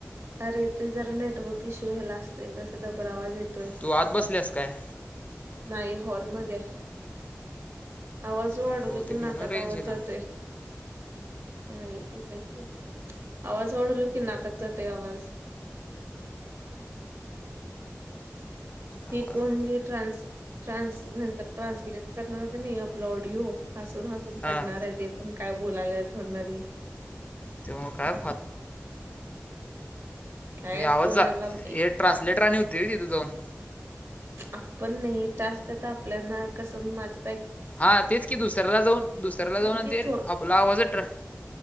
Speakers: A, on the right; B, on the left.
A: अरे ते जरा नेटवर्क. किशो हे ला असतोय, त्याचा डबर आवाज येतोय.
B: तू आत बसल्यास काय
A: नाई हॉलमध्येध्ये. आवाज वाढवले
B: मग बहुतेक
A: की नाकात
B: म्हणून रेंज
A: आवाज
B: येईना
A: जातोय. हा येताकी. आवाज वाढवल की नाकत जाते आवाज.
B: आवाज
A: हे कोणजे ट्रानस ट्रानस नंतर ट्रान्सलेट करणार का नाही, आपला ऑडिओ. हसून हसून
B: हा
A: पडणार आहे, ते पण काय बोलायला म्हणार ही.
B: तेव्हा काय
A: काय
B: मे आवज
A: कोणाला
B: जा
A: माहि-
B: हे ट्रान्सलेटर आणि होती र तिथे जाऊन?
A: आपण नाही टास्कता आपल्याना कसं माझं.
B: हा तेच की दुसऱ्याला जाऊन दुसऱ्याला
A: म्हणजे
B: जाऊन ते,
A: थोड
B: आपला आवाजत रा.